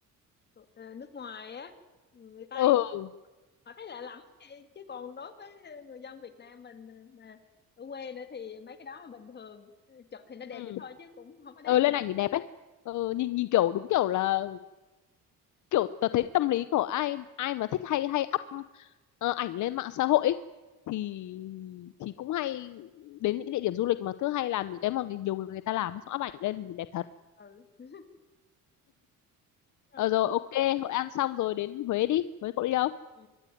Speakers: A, on the left (about 30°); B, on the left (about 60°).
A: ờ, ờ, nước ngoài á người Tây
B: ừ
A: họ thấy lạ lắm thì- chứ còn đối với người dân Việt Nam mình ờ, mà ở quê nữa thì mấy cái đó là bình thường Ừ, chụp thì nó đẹp
B: ừ,
A: vậy thôi chứ cũng không có đáng
B: ừ lên ảnh thì đẹp ấy ừ, nhìn nhìn kiểu đúng kiểu là kiểu tớ thấy tâm lý của ai ai mà thích hay hay up ờ, ảnh lên mạng xã hội ấy, thì thì cũng hay đến những cái địa điểm du lịch mà cứ hay làm những cái mà người- nhiều người người ta làm ấy, xong up ảnh lên thì nhìn đẹp thật
A: ừ đúng
B: ờ
A: rồi
B: rồi ok Hội An xong rồi đến Huế đi Huế cậu đi đâu
A: ừ.